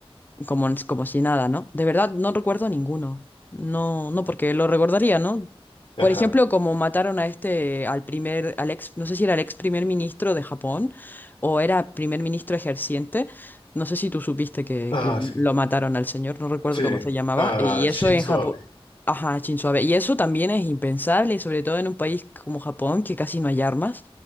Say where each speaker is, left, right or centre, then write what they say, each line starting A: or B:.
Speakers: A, on the left (about 20°); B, on the left (about 50°).
A: como, como si nada, ¿no? De verdad, no recuerdo ninguno. No, no, porque lo recordaría, ¿no? Por
B: Ajá.
A: ejemplo, como mataron a este, al primer, al ex, no sé si era el ex primer ministro de Japón o era primer ministro ejerciente. No sé si tú supiste que,
B: Ah,
A: que
B: sí.
A: lo mataron al señor, no recuerdo
B: Sí.
A: cómo se llamaba.
B: Ah,
A: Y eso
B: Shinzo
A: en Japón.
B: Abe.
A: Ajá, Shinzo Abe. Y eso también es impensable, y sobre todo en un país como Japón, que casi no hay armas,